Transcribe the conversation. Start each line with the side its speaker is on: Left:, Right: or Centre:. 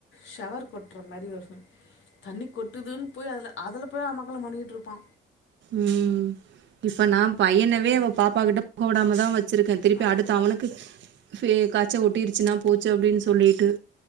Left: ஷவர் கொட்ற மாரி ஒரு தண்ணி கொட்டுதுன் போய் அதுல அதுல போய் அமக்களம் பண்ணிகிட்ருப்பா
Right: உம் இப்ப நா பையனவே
Left: என்ன
Right: அவ பாப்பா கிட்ட போகவிடாமதா வச் வச்சிருக்க திருப்பி
Left: ஆ
Right: அடுத்து அவுனுக்கு பே காய்ச்ச ஒட்டிறுச்சுனா போச்சு அப்டினு சொல்லிட்டு